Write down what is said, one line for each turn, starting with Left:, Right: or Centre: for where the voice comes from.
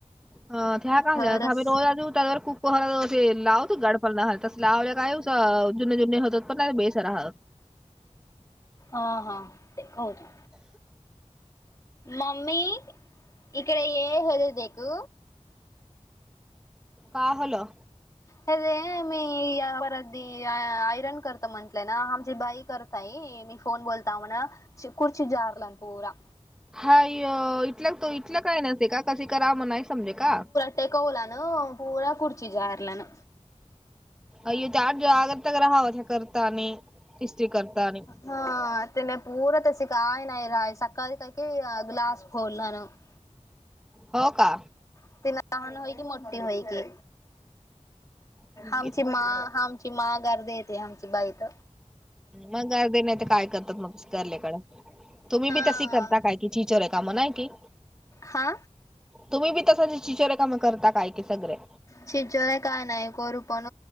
Centre: <unintelligible> ह क्या कामल्या
Left: थोडस
Centre: थबे दोला तु तलर तु. पहल ते लावत गडपण नाही तस लावल्या कायुच जुनने जुन होतात पण बेसरा ह. <unintelligible>
Left: अ हा खाऊतु. मम्मी इकडे ये हेल देखु.
Centre: का होलो?
Left: हे रे मी यावर अधदी आयरन करत म्हंटलंय ना, आमची बाई करत ताई मी फोन बोलता म्हण चीखुर्ची जारलान पोरा.
Centre: हाय इटलं तो इथलं काय नसेते का कसे करा म नाही समजे का.
Left: ते कोला ना, पूरा खुर्ची जारल न.
Centre: अय्यो ते आठ जो आगरता ग राहावा त्या करता णि इस्त्री करता णि <unintelligible>
Left: हा तेने पूरा तशी काय नाही राय सक्काल करके अ ग्लास फोल्लान. <inaudible>
Centre: हो का.
Left: <unintelligible> तीन हमची मोठ्ठी होय के
Centre: हम्म,
Left: आमची मा हाम. चीमा गर्दी येते आमची बाईत.
Centre: मग गर्दी नाही तर काय करतात मग सकर्ल्याकड तुम्ही
Left: हा
Centre: बी तस करता काय कि चि चोचोऱ्या काम नाही की?
Left: हा.
Centre: तुम्ही बी तसज चिछोरे काम करता काय की सगरे.
Left: छिछोरे काय नाही आहे कोरू पण